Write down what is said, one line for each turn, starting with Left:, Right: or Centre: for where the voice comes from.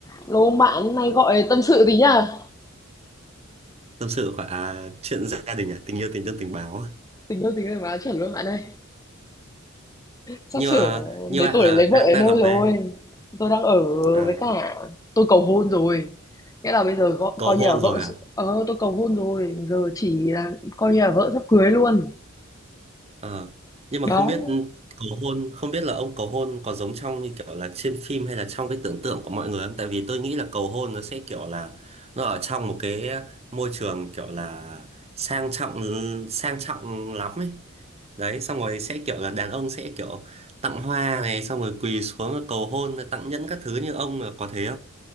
Left: Lô bạn này gọi tâm sự tí nhá.
Right: tâm sự khoảng à, chuyện gia đình à tình yêu tình thân tình báo à.
Left: Tình yêu tình yêu mà chuẩn luôn bạn ơi. Sắp
Right: nhưng
Left: sửa
Right: mà như
Left: đến
Right: bạn
Left: tuổi
Right: là
Left: lấy
Right: đang
Left: vợ đến
Right: đang
Left: nơi
Right: ở
Left: rồi.
Right: với ai
Left: Tôi đang ở
Right: à,
Left: với cả tôi cầu hôn rồi. Nghĩa là bây giờ coi,
Right: cầu
Left: coi
Right: hôn
Left: như là vợ
Right: rồi hả
Left: s- ờ tôi cầu hôn rồi, giờ chỉ là coi như là vợ sắp cưới luôn.
Right: Ờ. nhưng mà
Left: Đó,
Right: không biết cầu hôn không biết là ông cầu hôn có giống trong như kiểu là trên phim hay là trong cái tưởng tượng của mọi người không tại vì tôi nghĩ là cầu hôn nó sẽ kiểu là nó ở trong một cái môi trường kiểu là sang trọng sang trọng lắm ấy đấy xong rồi sẽ kiểu là đàn ông sẽ kiểu tặng hoa này xong rồi quỳ xuống cầu hôn tặng nhẫn các thứ như ông là có thế